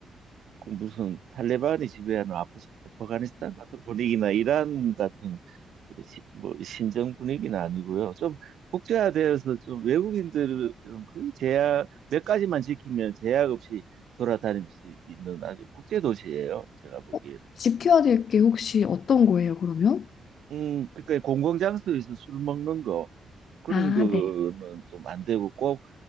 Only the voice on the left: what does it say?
어, 지켜야 될 게 혹시 어떤 거예요, 그러면?
아,
네.